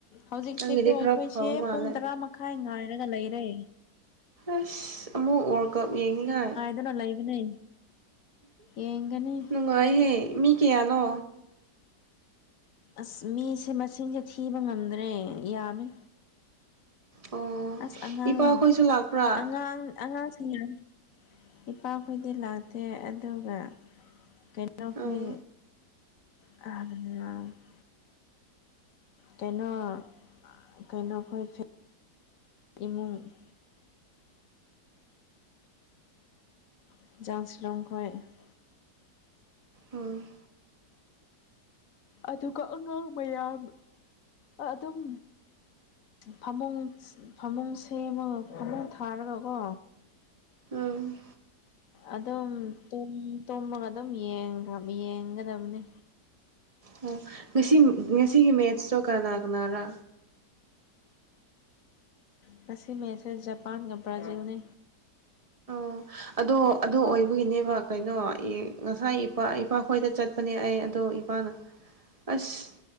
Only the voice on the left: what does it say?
ꯍꯧꯖꯤꯛꯁꯤꯀꯣ
ꯑꯩꯈꯣꯏꯁꯦ
ꯄꯨꯡ ꯇꯔꯥ ꯃꯈꯥꯏ ꯉꯥꯏꯔꯒ ꯂꯩꯔꯦ꯫
ꯑꯗꯨꯅ ꯂꯩꯕꯅꯦ ꯌꯦꯡꯒꯅꯤ꯫
ꯑꯁ ꯃꯤꯁꯦ ꯃꯁꯤꯡꯁꯦ ꯊꯤꯕ ꯉꯝꯗ꯭ꯔꯦ ꯌꯥꯝꯃꯤ꯫
ꯑꯁ ꯑꯉꯥꯡ
ꯑꯉꯥꯡ ꯑꯉꯥꯡꯁꯤꯡꯅ <unintelligible> ꯏꯄꯥ ꯈꯨꯨꯉꯗꯤ ꯂꯥꯛꯇꯦ ꯑꯗꯨꯒ ꯀꯩꯅꯣ
ꯐꯨꯏ <unintelligible> ꯀꯩꯅꯣ ꯑ ꯀꯩꯅꯣ <unintelligible> ꯏꯃꯨꯡ_ _ <unintelligible>
ꯑꯗꯨꯒ ꯑꯉꯥꯡ ꯃꯌꯥꯝ ꯑꯗꯨꯝ ꯐꯃꯨꯡ ꯐꯃꯨꯡ ꯁꯦꯝꯃꯒ ꯐꯃꯨꯡ ꯊꯥꯔꯒ ꯀꯣ
ꯑꯗꯨꯝ ꯇꯨꯝ ꯇꯣꯃꯒ ꯑꯗꯨꯝ ꯌꯦꯡꯒ꯭ꯔ ꯌꯦꯡꯒꯗꯕꯅꯦ꯫
ꯉꯁꯤ ꯃꯦꯠꯁꯦ ꯖꯄꯥꯟꯒ ꯕ꯭ꯔꯥꯖꯤꯜꯅꯤ꯫